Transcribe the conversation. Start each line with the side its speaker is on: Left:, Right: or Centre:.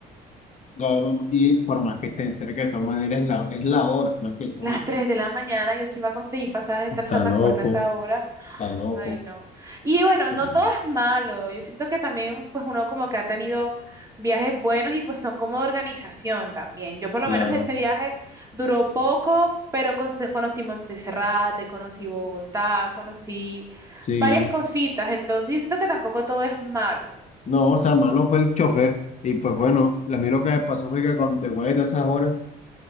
Left: Claro, y por más que estén cerca, de todas maneras es la, es la hora, más que todo.
Right: Las 3 de la mañana, yo que iba a conseguir pasaje de
Left: Está
Right: transporte
Left: loco,
Right: a esa hora.
Left: Está loco.
Right: Ay, no. Y bueno,
Left: Bueno,
Right: no todo es malo. Yo siento que también, pues uno como que ha tenido viajes buenos y pues son como de organización también. Yo por lo
Left: claro.
Right: menos ese viaje duró poco, pero conse- conocí Monteserrate, conocí Bogotá, conocí
Left: Sí,
Right: varias cositas. Entonces yo siento que tampoco todo es malo.
Left: No, o sea, malo fue el chofer. Y pues bueno, a mí lo que me pasó fue que cuando, después de esas horas,